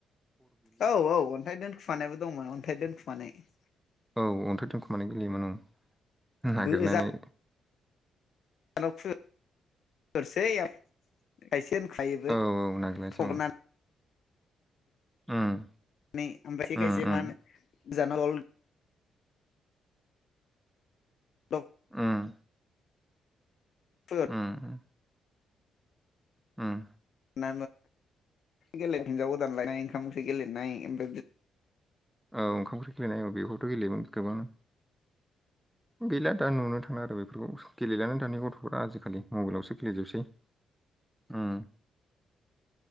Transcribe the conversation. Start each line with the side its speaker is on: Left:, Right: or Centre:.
Left: औ औ अन्थाइ दोनखुमानायबो दंमोन अन्थाइ दोनखुमानाय
Centre: औ अन्थाय दोनखुमानाय गेलेयोमोन ओं नागिरलायनाय
Left: गोजानाव <unintelligible>
Centre: औ नागिरलायसै औ उम
Left: <unintelligible>
Centre: उम उम
Left: दल
Centre: ओम
Left: <unintelligible>
Centre: उम उम
Left: <unintelligible> गेले हिनजाव गोदान लायनाय ओंखाम ओंख्रि गेलेनाय ओमफ्राय बि
Centre: औ ओंखाम ओख्रि गेलेनाय बेखौथ' गेलेयोन गोबां
Left: <unintelligible>
Centre: गैला दा नुनो थांला आरो बेफोरखौ गेलेलानो दानि गथ'फोरा आजिखालि मबाइलावसो गेलेजोबसै
Left: <inaudible>
Centre: उम